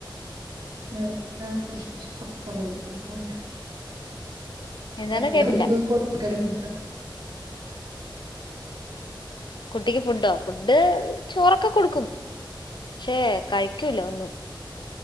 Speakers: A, on the right; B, on the left.
A: <unintelligible> ഇങ്ങനെ പോകുന്നു.
B: എന്താണ്
A: ഞ
B: കേട്ടില്ല
A: ന്റെ കുട്ടിക്ക് കൊക്കല് ഫുഡ്
B: കുട്ടിക്ക് ഫുഡോ ഫുഡ് ചോറൊക്കെ കൊട്ക്കും. ക്ഷേ കഴിക്കൂല ഒന്നും.